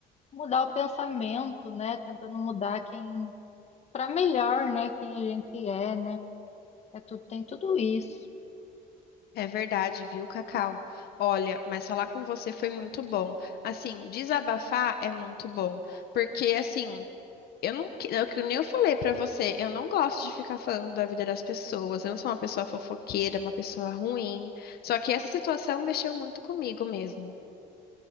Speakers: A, on the left; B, on the left.
A: mudar o pensamento, né? Tentando mudar quem para melhor, né? Quem a gente é, né? É tudo, tem tudo isso.
B: É verdade, viu, Cacau? Olha, mas falar com você foi muito bom. Assim, desabafar é muito bom, porque assim. Eu não, que- é o que nem eu falei pra você, eu não gosto de ficar falando da vida das pessoas. Eu não sou uma pessoa fofoqueira, uma pessoa ruim. Só que essa situação mexeu muito comigo mesmo.